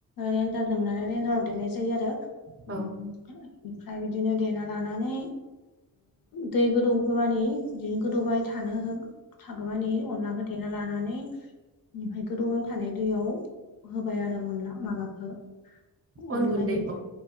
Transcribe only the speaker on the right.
औ
अन
गुन्दैखौ